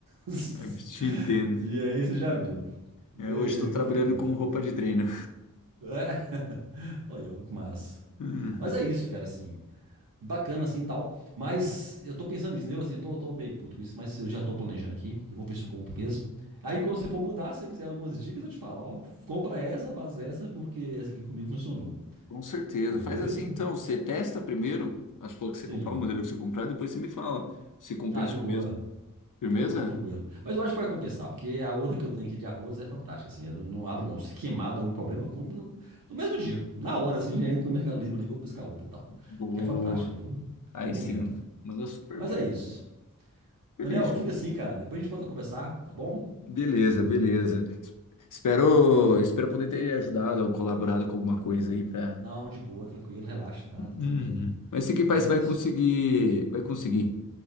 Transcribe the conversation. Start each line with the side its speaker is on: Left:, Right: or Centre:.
Right: <laughs>
Left: É, Eu te entendo.
Right: E aí você já viu.
Left: Eu
Right: É
Left: hoje estou
Right: é
Left: trabalhando
Right: complicado.
Left: com roupa de treino.
Right: É, olha, ó, que massa.
Left: Uhum.
Right: Mas é isso, cara, assim. Bacana, assim, tal. Mas eu tô pensando nisso, entendeu? Assim, eu tô, tô meio puto com isso, mas eu já tô planejando aqui. Eu vou ver se eu compro mesmo. Aí, quando você for mudar, se você quiser algumas dicas, eu te falo, ó, compra essa, faz essa, porque essa aqui comigo funcionou.
Left: Com certeza.
Right: Beleza?
Left: Faz assim então, você testa primeiro as flores que
Right: Sim.
Left: você comprar, o modelo que você comprar, depois você me fala se compensou
Right: Ah, de boa.
Left: mesmo. Firmeza?
Right: Tranquilo, tranquilo. Mas eu acho que vai compensar, porque a outra que eu tenho aqui de arroz é fantástica, assim. Eu não abro mão. Se queimado algum problema, eu compro no, no mesmo dia. Na hora, assim, já entro no Mercado Livre ali, vou buscar outra e tal.
Left: Boa.
Right: Porque é fantástica, viu?
Left: Aí
Right: Recomendo.
Left: sim, manda super
Right: Mas
Left: bem.
Right: é isso.
Left: Feliz,
Right: Daniel,
Left: Giovanni.
Right: fica assim, cara. Depois a gente volta a conversar, tá bom?
Left: Beleza, beleza. Es- Espero, espero poder ter ajudado ou colaborado com alguma coisa aí para.
Right: Não, de boa, tranquilo, relaxa, tá?
Left: Uhum.
Right: Tá tranquilo.
Left: Mas fique em paz,
Right: Mas
Left: você
Right: é
Left: vai
Right: isso.
Left: conseguir, vai conseguir